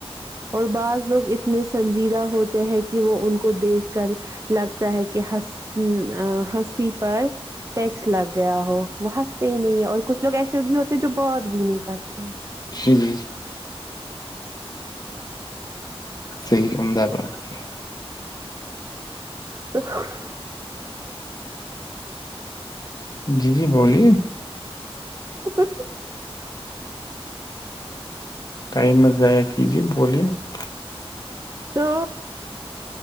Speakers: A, on the right; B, on the left.
A: اور بعض لوگ اتنے سنجیدہ ہوتے ہیں کہ وہ ان کو دیکھ کر لگتا ہے کہ ہ ہنسی پر ٹیکس لگ گیا ہو وہ ہنستے ہی نہیں اور کچھ لوگ ایسے بھی ہوتے ہیں جو بہت بھی نہیں کرتے
B: جی جی صی احمد آباد کی
A: السلام علیکم محترم <unintelligible>
B: جی جی بولیے
A: ا <unintelligible>
B: قیمت ضائع کیجے بلیے <unintelligible>
A: تو